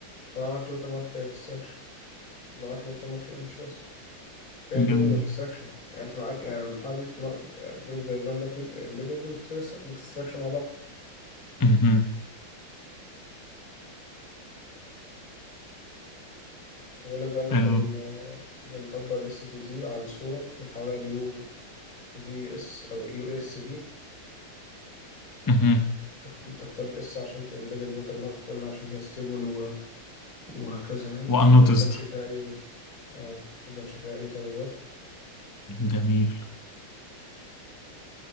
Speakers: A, on the left; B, on the left.
A: بقى معاك الووتر مارك اكستراكشن بقى معاك الووتر مارك ايمج بس في امبيدنج
B: جميل
A: واكستراكشن يعني أنت معاك يعني المرحلة دي بتم- البلوك دايجرام ده فيه الامبيدنج والاكستراكشن مع بعض
B: مهم.
A: بيقول لك بقى اللي
B: ال
A: احنا بن بنطبق ال في دي على الصورة بنحولها ليو في اس أو يو اس في
B: مهم.
A: بتختار الاس عشان تمبيد الووتر مارك قلنا عشان هي ستيبل وهكذا يعني
B: وانوتزد
A: وما يبانش فيها أي اه ما يبانش فيها أي تغييرات
B: جميل